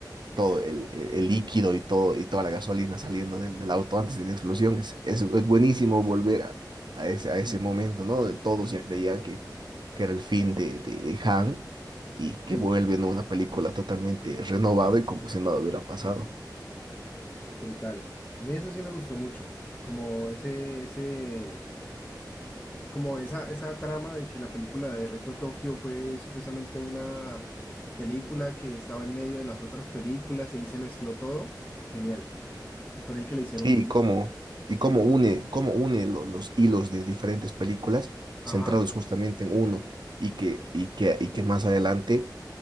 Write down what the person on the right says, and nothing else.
todo
el, el- líquido y todo, y toda la gasolina saliendo del, del auto antes de la explosión. Es, es, es buenísimo volver a, a ese, a ese
momento, ¿no? De Todos ya creían que, que era el fin de, de, de Han y
que vuelve en una película totalmente renovada y como si nada hubiera pasado.
Sí,
y cómo, y cómo une, cómo une lo- los hilos de diferentes películas
centrados justamente en uno y que, y que, y que más adelante